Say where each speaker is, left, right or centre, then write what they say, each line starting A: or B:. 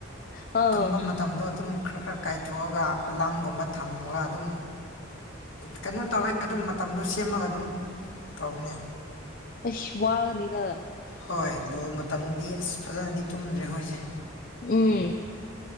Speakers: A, on the left (about 40°); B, on the left (about 60°).
A: ꯑꯥꯎ
B: ꯇꯨꯝꯕ ꯃꯇꯝꯗꯣ ꯑꯗꯨꯝ ꯈꯔ ꯈꯔ ꯀꯥꯏꯊꯣꯛꯑꯒ ꯑꯂꯥꯝꯒꯨꯝꯕ ꯊꯝꯃꯒ ꯑꯗꯨꯝ ꯀꯩꯅꯣ ꯇꯧꯋꯦ ꯑꯗꯨꯝ ꯃꯇꯝꯗꯣ ꯁꯦꯝꯃꯒ ꯑꯗꯨꯝ ꯇꯧꯕꯅꯦ
A: ꯑ ꯁ ꯋꯥꯒꯅꯤ ꯇꯥ
B: ꯍꯣꯏ ꯕꯣꯜ ꯃꯇꯝꯗꯤ ꯑꯁ ꯐꯖꯅꯗꯤ ꯇꯨꯝꯗ꯭ꯔꯦ ꯍꯣꯏꯁꯦ
A: ꯎꯝ